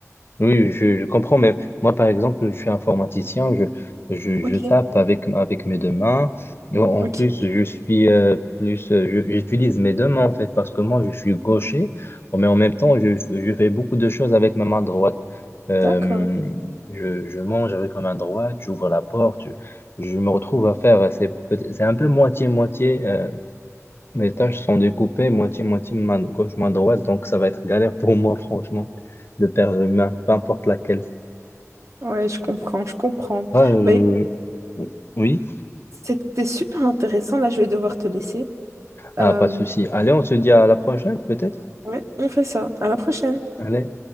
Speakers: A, on the left (about 45°); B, on the right (about 65°).
A: Oui, oui, je, je comprends, mais moi, par exemple, je suis informaticien, je, je,
B: Ok,
A: je tape avec, avec mes deux mains. En en
B: ok,
A: plus,
B: ok.
A: je suis euh, plus, euh, je- j'utilise mes deux mains, en fait, parce que moi, je suis gaucher, mais en même temps, je, je fais beaucoup de choses avec ma main droite. Euh,
B: d'accord.
A: je, je mange avec ma main droite, j'ouvre la porte, je, je me retrouve à faire, c'est peut- c'est un peu moitié-moitié, euh, mes tâches sont découpées moitié-moitié, main gauche, main droite, donc ça va être galère pour moi, franchement, de perdre une main, peu importe laquelle.
B: Ouais, je comprends, je comprends.
A: Ah, euh,
B: Ben,
A: oui,
B: c'était super intéressant. Là, je vais devoir te laisser.
A: ah,
B: Euh,
A: pas de souci. Allez, on se dit à la prochaine, peut-être?
B: Oui, on fait ça. À la prochaine.
A: Allez.